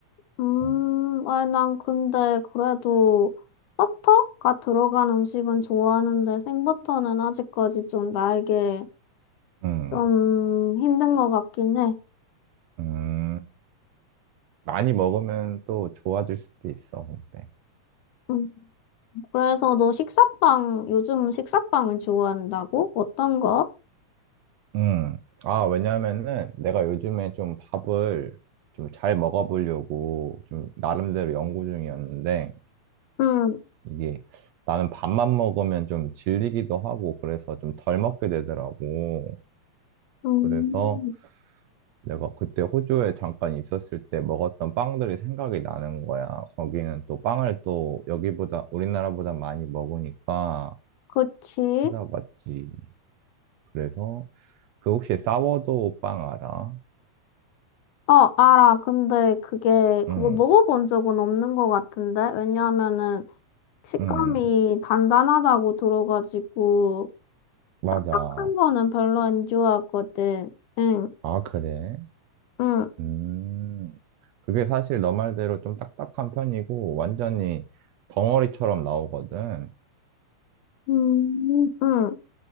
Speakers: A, on the left (about 85°); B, on the right (about 70°).
A: 음,
B: 어.
A: 아니, 난 근데 그래도 버터가 들어간 음식은 좋아하는데 생버터는 아직까지 좀 나에게
B: 음,
A: 좀 힘든 것 같긴 해.
B: 음. 많이 먹으면 또 좋아질 수도 있어, 근데.
A: 음, 그래서 너 식사빵, 요즘 식사빵을 좋아한다고? 어떤 거?
B: 음. 아, 왜냐면은 내가 요즘에 좀 밥을 좀 잘 먹어보려고 좀 나름대로 연구 중이었는데
A: 응,
B: 이게 나는 밥만 먹으면 좀 질리기도 하고 그래서 좀 덜 먹게 되더라고.
A: 음,
B: 그래서 내가 그때 호주에 잠깐 있었을 때 먹었던 빵들이 생각이 나는 거야. 거기는 또 빵을 또 여기보다 우리나라보다 많이 먹으니까
A: 그치?
B: 찾아봤지. 그래서 그 혹시 사워도우 빵 알아?
A: 어, 알아. 근데 그게,
B: 응,
A: 그거 먹어본 적은 없는 것 같은데? 왜냐하면은 식감이
B: 응.
A: 단단하다고 들어가지고,
B: 맞아.
A: 딱딱한 거는 별로 안 좋아하거든. 응,
B: 아, 그래?
A: 응,
B: 음. 그게 사실 너 말대로 좀 딱딱한 편이고, 완전히 덩어리처럼 나오거든.
A: 음, 응.